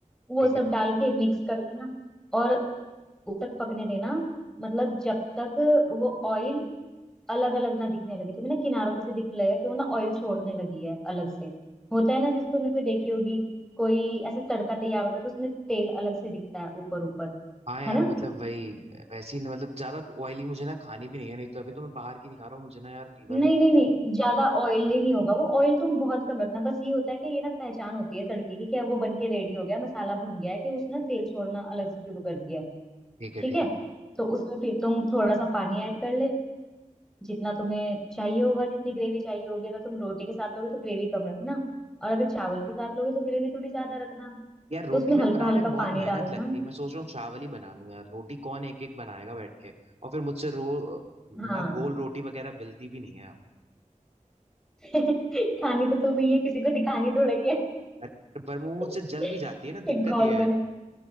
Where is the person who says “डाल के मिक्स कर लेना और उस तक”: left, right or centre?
Centre